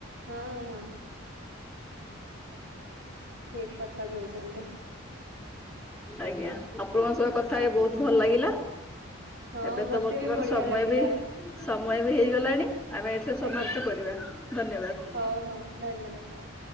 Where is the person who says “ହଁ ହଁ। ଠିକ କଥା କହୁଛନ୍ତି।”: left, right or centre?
Right